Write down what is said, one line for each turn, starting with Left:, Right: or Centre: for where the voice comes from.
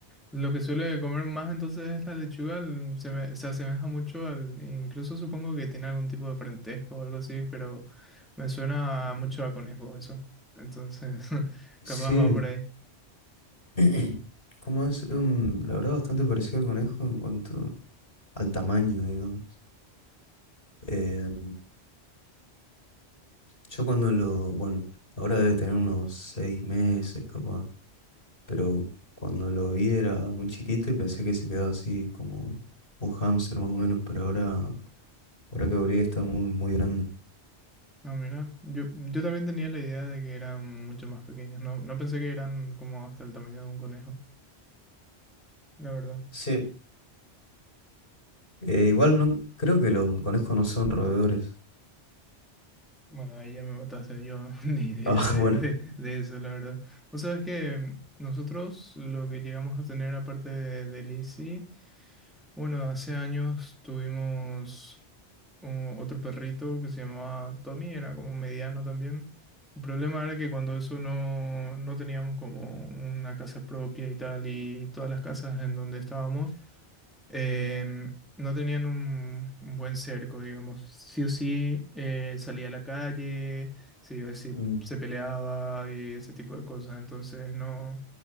Centre: Lo que suele comer más entonces es la lechuga, l- se, me- se asemeja mucho al, incluso supongo que tiene algún tipo de parentesco o algo así, pero me suena mucho a conejo eso. Entonces, <laughs> capaz
Left: Sí,
Centre: va por ahí.
Left: <clears throat> como es, Es un- la verdad bastante parecido al conejo en cuanto al tamaño, digamos. Eh, yo cuando lo, bueno, ahora debe tener unos seis meses capaz, pero cuando lo vi era muy chiquito y pensé que se quedaba así como un hámster más o menos, pero ahora, ahora que volví está muy, muy grande.
Centre: No, mira, yo, yo también tenía la idea de que eran mucho más pequeños, no, no pensé que eran como hasta el tamaño de un conejo, la verdad.
Left: Sí, Eh, igual no creo que los conejos no son roedores.
Centre: Bueno, ahí ya me mataste yo <laughs> ni idea
Left: Ah, <laughs>
Centre: de,
Left: bueno.
Centre: de, de eso, la verdad. Vos sabés que mm, nosotros lo que llegamos a tener aparte de, de Lizzie Bueno, hace años tuvimos un- otro perrito que se llamaba Tommy, era como mediano también. El problema era que cuando eso no, no teníamos como una casa propia y tal, y todas las casas en donde estábamos, em, no tenían un, un buen cerco, digamos. Sí o sí, eh, salía a la calle, se iba, se,
Left: mm,
Centre: se peleaba y ese tipo de cosas. Entonces no,